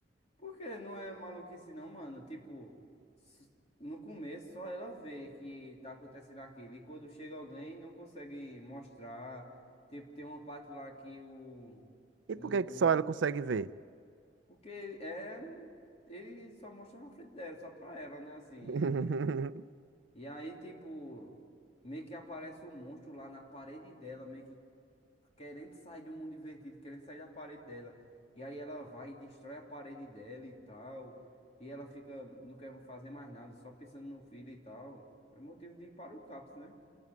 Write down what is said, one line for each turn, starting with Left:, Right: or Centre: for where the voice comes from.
Left: Porque não é maluquice não, mano. Tipo, s- no começo só ela vê que tá acontecendo aquilo. E quando chega alguém não consegue mostrar. Tipo, tem uma parte lá que o.
Right: E
Left: Um,
Right: por que que só ela
Left: o
Right: consegue ver?
Left: porque ele é. Ele só mostra na frente dela, só pra ela, né? Assim.
Right: <laughs>
Left: E aí, tipo, meio que aparece um monstro lá na parede dela, meio que querendo sair do mundo invertido, querendo sair da parede dela. E aí ela vai e destrói a parede dela e tal. E ela fica, não quer fazer mais nada, só pensando no filho e tal. É motivo de ir para o CAPS, né?